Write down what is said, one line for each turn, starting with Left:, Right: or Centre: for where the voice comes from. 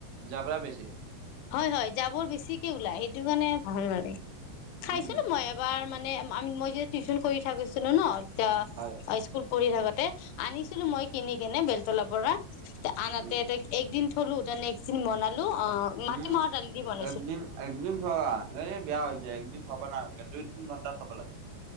Right: জাব্ৰা বেছি।
Left: হয়, হয় জাবৰ বেছিকে ওলায় সেইটো কাৰণে ভাল নালাগে। খাইছিলোঁ
Right: উম,
Left: মই এবাৰ, মানে আমি মই যে টিউচন কৰি থাকিছিলো ন। ত'
Right: হয়।
Left: হাইস্কুল পঢ়ি থাকোতে আনিছিলো মই কিনি কিনে বেলতলা পৰা। ত' আনহাতে
Right: উম,
Left: একদিন থলো ত' নেক্সট দিন বনালো অ', মাত
Right: উম।
Left: মাহৰ দালি দি বনাওঁ।
Right: একদিন একদিন থ'লা এই বেয়া হৈ যায় একদিন থ'বা নালগে, দুই-তিন ঘণ্টা থ'বা লাগে।